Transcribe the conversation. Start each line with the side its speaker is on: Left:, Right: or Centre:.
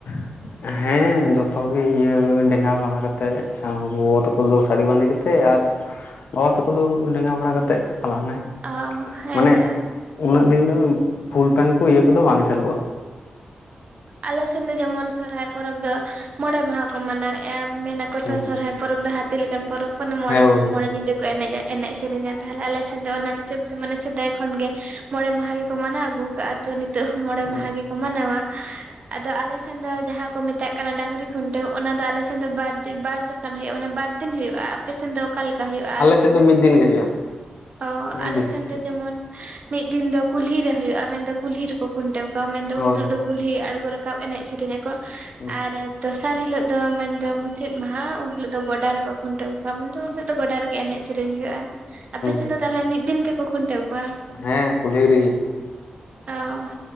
Left: <inaudible> ᱦᱮᱸ ᱡᱚᱛᱚᱜ ᱜᱮ ᱤᱭᱟᱹ ᱰᱮᱸᱜᱟ ᱵᱟᱲᱟ ᱠᱟᱛᱮᱫ ᱥᱮ ᱜᱚᱜᱚ ᱛᱟᱠᱚ ᱫᱚ ᱥᱟᱹᱲᱤ ᱵᱟᱸᱫᱮ ᱠᱟᱛᱮᱫ ᱟᱨ ᱵᱟᱵᱟ ᱛᱟᱠᱚ ᱫᱚ ᱰᱮᱸᱜᱟ ᱵᱟᱷᱟᱲᱟ ᱠᱟᱛᱮᱫ᱾ ᱦᱟᱞᱟᱝ ᱢᱮ
Right: ᱚ ᱦᱮᱸᱛᱚ
Left: ᱢᱟᱱᱮ ᱩᱱᱟᱹᱜ ᱫᱤᱱ ᱫᱚ ᱯᱷᱩᱞ ᱯᱮᱱᱴ ᱠᱚ ᱤᱭᱟᱹ ᱠᱚᱫᱚ ᱵᱟᱝ ᱪᱟᱞᱩᱜᱼᱟ
Right: ᱟᱞᱮ ᱥᱮᱫ ᱫᱚ ᱡᱮᱢᱚᱱ ᱥᱚᱨᱦᱟᱭ ᱯᱚᱨᱚᱵᱽ ᱫᱚ ᱢᱚᱬᱮ ᱢᱟᱦᱟ ᱠᱚ ᱢᱟᱱᱟᱣᱮᱫᱼᱟ ᱢᱮᱱ ᱟᱠᱚ
Left: ᱦᱮᱸ
Right: ᱫᱚ ᱥᱚᱨᱦᱟᱭ ᱯᱚᱨᱚᱵᱽ ᱫᱚ ᱦᱟᱹᱛᱤ ᱞᱮᱠᱟᱱ ᱯᱚᱨᱚᱵᱽ ᱠᱟᱱᱟ ᱢᱚᱬᱮ
Left: ᱦᱮᱸ ᱦᱳᱭ
Right: ᱥᱤᱧ ᱢᱚᱬᱮ ᱧᱤᱫᱟᱹ ᱠᱚ ᱮᱱᱮᱡᱼᱟ ᱮᱱᱮᱡ ᱥᱮᱨᱮᱧᱼᱟ᱾ ᱛᱟᱦᱚᱞᱮ ᱟᱞᱮ ᱥᱮᱱ ᱫᱚ ᱚᱱᱟ ᱦᱤᱥᱟᱹᱵ ᱛᱮ ᱢᱟᱱᱮ ᱥᱮᱫᱟᱭ ᱠᱷᱚᱱ ᱜᱮ ᱢᱚᱬᱮ ᱢᱟᱦᱟ ᱜᱮᱠᱚ ᱢᱟᱱᱟᱣ ᱟᱹᱜᱩ ᱠᱟᱜᱼᱟ᱾ ᱛᱚ ᱱᱤᱛᱚᱜ ᱦᱚᱸ ᱢᱚᱬᱮ
Left: ᱦᱳᱭ
Right: ᱢᱟᱦᱟ ᱜᱮᱠᱚ ᱢᱟᱱᱟᱣᱟ᱾ ᱟᱫᱚ ᱟᱞᱮ ᱥᱮᱱ ᱫᱚ ᱡᱟᱦᱟᱸ ᱠᱚ ᱢᱮᱛᱟᱜ ᱠᱟᱱᱟ ᱰᱟᱝᱨᱤ ᱠᱷᱩᱱᱴᱟᱹᱣ ᱚᱱᱟ ᱫᱚ ᱟᱞᱮ ᱥᱮᱱ ᱫᱚ ᱵᱟᱲᱛᱤ ᱵᱟᱨ ᱡᱚ ᱦᱩᱭᱩᱜᱼᱟ ᱢᱟᱱᱮ ᱵᱟᱨ ᱫᱤᱱ ᱦᱩᱭᱩᱜᱼᱟ᱾ ᱟᱯᱮ ᱥᱮᱱ ᱫᱚ ᱚᱠᱟ ᱞᱮᱠᱟ ᱦᱩᱭᱩᱜᱼᱟ? ᱟᱞᱮ ᱥᱮᱱ
Left: ᱥᱮᱫ
Right: ᱫᱚ
Left: ᱢᱤᱫ ᱫᱤᱱ ᱜᱮ ᱦᱩᱭᱩᱜᱼᱟ
Right: ᱚ
Left: ᱢᱟᱱᱮ
Right: ᱟᱞᱮ
Left: ᱵᱮᱥᱤ
Right: ᱥᱮᱱ ᱫᱚ ᱡᱮᱢᱚᱱ ᱢᱤᱫ ᱫᱤᱱ ᱫᱚ ᱠᱩᱞᱦᱤ ᱨᱮ ᱦᱩᱭᱩᱜᱼᱟ ᱢᱮᱱ ᱫᱚ ᱠᱩᱞᱦᱤ ᱨᱮᱠᱚ ᱠᱷᱩᱱᱴᱟᱹᱣ ᱠᱚᱣᱟ ᱢᱮᱱ ᱫᱚ
Left: ᱦᱳᱭ
Right: ᱩᱱ ᱦᱤᱞᱳᱜ
Left: ᱦᱳᱭ
Right: ᱫᱚ ᱠᱩᱞ ᱛᱷᱮ ᱟᱲᱜᱳ ᱨᱟᱠᱟᱵ ᱮᱱᱮᱡ ᱥᱮᱨᱮᱧ ᱟᱠᱚ
Left: ᱦᱩᱸ
Right: ᱟᱨ ᱫᱚᱥᱟᱨ ᱦᱤᱞᱳᱜ ᱫᱚ ᱢᱮᱱ ᱫᱚ ᱢᱩᱪᱟᱹᱫ ᱢᱟᱦᱟ ᱩᱱ ᱦᱤᱞᱳᱜ ᱫᱚ ᱜᱚᱰᱟ ᱨᱮᱠᱚ ᱠᱷᱩᱱᱴᱟᱹᱣ ᱠᱚᱣᱟ ᱢᱮᱱ ᱫᱚ ᱩᱱ ᱦᱤᱞᱳᱜ ᱫᱚ ᱜᱚᱰᱟ ᱨᱮ ᱮᱱᱮᱡ ᱥᱮᱨᱮᱧ ᱦᱩᱭᱩᱜᱼᱟ᱾ ᱟᱯᱮ ᱥᱮᱱ
Left: ᱦᱩᱸ
Right: ᱫᱚ ᱛᱟᱦᱚᱞᱮ ᱢᱤᱫ ᱫᱤᱱ ᱜᱮᱠᱚ ᱠᱷᱩᱱᱴᱟᱹᱣ ᱠᱚᱣᱟ?
Left: ᱦᱮᱸ ᱠᱩᱞᱦᱤ ᱨᱮᱜᱮ
Right: ᱚ